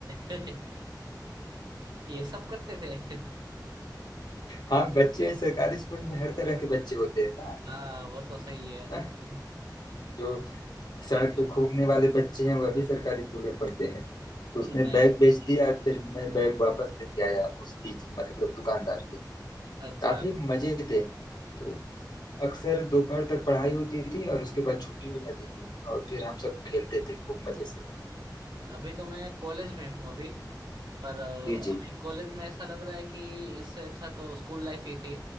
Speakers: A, on the right; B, on the left.
A: <laughs> ये सब करते थे <laughs>
B: हाँ बच्चे हैं, सरकारी स्कूल में हर तरह के बच्चे होते हैं ना
A: हाँ वो तो सही है
B: <laughs>
A: <laughs>
B: जो सड़क पे घूमने वाले बच्चे हैं वह भी सरकारी स्कूल में पढ़ते हैं तो
A: नहीं
B: उसने बैग बेच दिया फिर मैं बैग वापस लेके आया उस टीच मतलब दुकानदार से
A: अच्छा
B: काफी मजे थे तो अक्सर दोपहर तक पढ़ाई होती थी और उसके बाद छुट्टी हो जाती थी और फिर हम सब खेलते थे खूब मजे से
A: अभी तो मैं कॉलेज में हूँ अभी पर अ,
B: जी जी
A: अभी कॉलेज में ऐसा लग रहा है कि इससे अच्छा तो स्कूल लाइफ ही थी